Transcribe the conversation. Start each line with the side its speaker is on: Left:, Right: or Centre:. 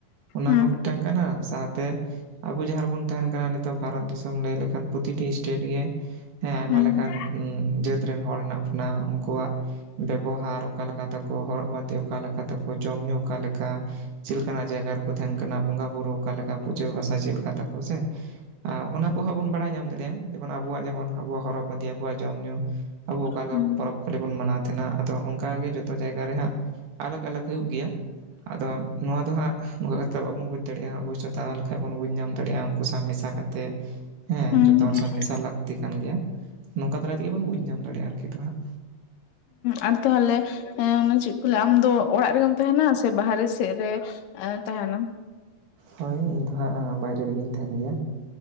Right: ᱚᱱᱟ
Left: ᱦᱩᱸ
Right: ᱦᱚᱸ ᱢᱤᱫᱴᱟᱝ ᱠᱟᱱᱟ ᱥᱟᱶᱛᱮ ᱟᱵᱚ ᱡᱟᱦᱟᱸ ᱨᱮᱵᱚᱱ ᱛᱟᱦᱮᱱ ᱠᱟᱱᱟ ᱱᱤᱛᱚᱜ ᱵᱷᱟᱨᱚᱛ ᱫᱤᱥᱚᱢ ᱞᱟᱹᱭ ᱞᱮᱠᱷᱟᱱ ᱯᱨᱚᱛᱤᱴᱤ ᱥᱴᱮᱴ ᱜᱮ ᱦᱮᱸ ᱟᱭᱢᱟ
Left: ᱦᱩᱸ
Right: ᱞᱮᱠᱟᱱ
Left: ᱦᱩᱸ ᱦᱮᱸ
Right: ᱡᱟᱹᱛ ᱨᱮᱱ ᱦᱚᱲ ᱦᱮᱱᱟᱜ ᱵᱚᱱᱟ ᱩᱱᱠᱩᱣᱟᱜ ᱵᱮᱵᱚᱦᱟᱨ ᱚᱠᱟ ᱞᱮᱠᱟ ᱛᱟᱠᱚ ᱦᱚᱨᱚᱜ ᱵᱟᱸᱫᱮ ᱚᱠᱟ ᱞᱮᱠᱟ ᱛᱟᱠᱚ ᱡᱚᱢ ᱧᱩ ᱚᱠᱟᱞᱮᱠᱟ ᱪᱮᱫ ᱞᱮᱠᱟᱱᱟᱜ ᱡᱟᱭᱜᱟ ᱨᱮᱠᱚ ᱛᱟᱦᱮᱱ ᱠᱟᱱᱟ ᱵᱚᱸᱜᱟᱼ ᱵᱩᱨᱩ ᱚᱠᱟ ᱞᱮᱠᱟ ᱯᱩᱡᱟᱹ ᱵᱟᱥᱟ ᱪᱮᱫ ᱞᱮᱠᱟ ᱛᱟᱠᱚ ᱥᱮ ᱚᱱᱟ ᱠᱚᱦᱚᱸ ᱵᱚᱱ ᱵᱟᱲᱟᱭ ᱧᱟᱢ ᱫᱟᱲᱮᱭᱟᱜᱼᱟ ᱡᱮᱢᱚᱱ ᱟᱵᱚᱣᱟᱜ ᱡᱮᱢᱚᱱ ᱟᱵᱚᱣᱟᱜ ᱦᱚᱨᱚᱜ ᱵᱟᱸᱫᱮ ᱟᱵᱚᱣᱟᱜ ᱡᱚᱢᱼ ᱧᱩ ᱟᱵᱚ ᱚᱠᱟ ᱞᱮᱠᱟ
Left: ᱦᱩᱸ
Right: ᱯᱚᱨᱚᱵᱽ ᱯᱟᱞᱞᱤ ᱵᱚᱱ ᱢᱟᱱᱟᱣ ᱛᱟᱦᱮᱱᱟ ᱟᱫᱚ ᱚᱱᱠᱟᱜᱮ ᱡᱚ ᱡᱚᱛᱚ ᱡᱟᱭᱜᱟ ᱨᱮ ᱦᱟᱸᱜ ᱟᱞᱟᱜᱽ ᱟᱞᱟᱜᱽ ᱦᱩᱭᱩᱜ ᱜᱮᱭᱟ ᱟᱫᱚ ᱱᱚᱣᱟ ᱫᱚ ᱦᱟᱸᱜ ᱱᱚᱝᱠᱟ ᱠᱟ ᱠᱟᱛᱮᱮᱫ ᱵᱟᱵ ᱵᱩᱡᱽ ᱫᱟᱲᱮᱭᱟᱜᱼᱟ ᱚᱵᱚᱥᱳᱭ ᱫᱟᱲᱟ ᱞᱮᱠᱷᱟᱱ ᱵᱩᱡᱽ ᱧᱟᱢ ᱫᱟᱲᱮᱭᱟᱜᱼᱟ ᱩᱱᱠᱩ ᱥᱟᱶ ᱢᱮᱥᱟ ᱠᱟᱛᱮ ᱦᱮᱸ
Left: ᱦᱩᱸ
Right: ᱡᱚᱛᱚ ᱦᱚᱲ
Left: ᱦᱩᱸ
Right: ᱥᱟᱶ ᱢᱮᱥᱟᱞ ᱞᱟᱹᱠᱛᱤ ᱠᱟᱱ ᱜᱮᱭᱟ ᱱᱚᱝᱠᱟ ᱫᱟᱨᱟᱭ ᱛᱮᱜᱮ ᱵᱚᱱ ᱵᱩᱡᱽ ᱧᱟᱢ ᱫᱟᱲᱮᱭᱟᱜᱼᱟ ᱟᱨᱠᱤ ᱛᱚ ᱦᱟᱸᱜ
Left: ᱟᱨ ᱛᱟᱦᱚᱞᱮ ᱚᱱᱮ ᱪᱮᱫ ᱠᱚ ᱞᱟᱹᱭᱟ ᱟᱢᱫᱚ ᱚᱲᱟᱜ ᱨᱮᱜᱮᱢ ᱛᱟᱦᱮᱱᱟ ᱥᱮ ᱵᱟᱦᱨᱮ ᱥᱮᱫ ᱨᱮ ᱟᱨ ᱛᱟᱦᱮᱸᱱᱟᱢ᱾
Right: ᱦᱳᱭ ᱤᱧ ᱫᱚ ᱦᱟᱸᱜ ᱵᱟᱭᱨᱮ ᱨᱮᱜᱮᱧ ᱛᱟᱦᱮᱸᱱ ᱜᱮᱭᱟ᱾